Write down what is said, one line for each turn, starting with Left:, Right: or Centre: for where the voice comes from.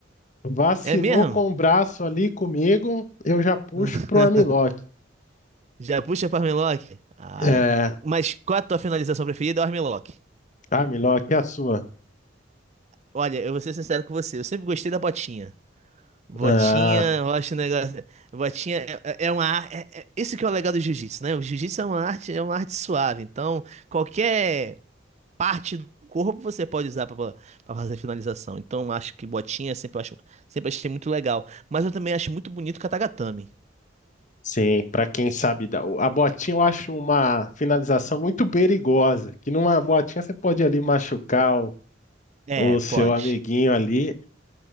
Left: Vacilou
Right: É mesmo?
Left: com o braço ali comigo, eu já puxo
Right: <laughs>
Left: pro armlock.
Right: Já puxa pra armlock? Ai.
Left: É,
Right: Mas qual a tua finalização preferida? É o armlock.
Left: armlock é a sua.
Right: Olha, eu vou ser sincero com você. Eu sempre gostei da botinha. Botinha,
Left: Ah,
Right: eu acho um negócio. Botinha é, é- é uma arte. É, é- esse que é o legal do jiu-jitsu, né? O jiu-jitsu é uma arte, é uma arte suave. Então, qualquer parte do corpo você pode usar para fazer finalização. Então, eu acho que botinha sempre eu acho, sempre achei muito legal. Mas eu também acho muito bonito o katagatame.
Left: sim, pra quem sabe dar. A botinha eu acho uma finalização muito perigosa, que numa botinha você pode ali machucar o,
Right: É,
Left: o seu
Right: pode,
Left: amiguinho ali.